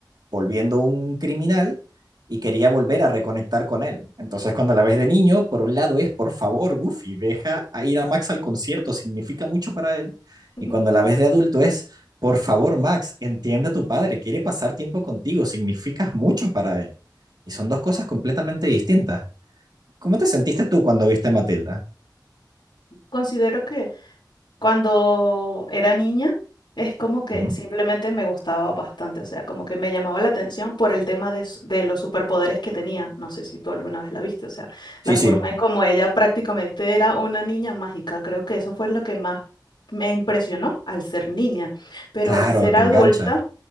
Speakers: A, on the right; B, on the left.
A: volviendo un criminal y quería volver a reconectar con él. Entonces, cuando la ves de niño, por un lado es, por favor, Goofy, deja a ir a Max al concierto, significa mucho para él.
B: <laughs>
A: Y cuando la ves de adulto es, por favor, Max, entiende a tu padre, quiere pasar tiempo contigo, significas mucho para él. Y son dos cosas completamente distintas. ¿Cómo te sentiste tú cuando viste a Matilda?
B: Considero que Cuando era niña, es como que
A: Ujú.
B: simplemente me gustaba bastante, o sea, como que me llamaba la atención por el tema de, s- de los superpoderes que tenía. No sé si tú alguna vez la viste, o sea, la
A: Sí,
B: forma
A: sí,
B: en cómo ella prácticamente era una niña mágica. Creo que eso fue lo que más me impresionó al ser niña, pero
A: claro,
B: al ser
A: te
B: adulta,
A: engancha.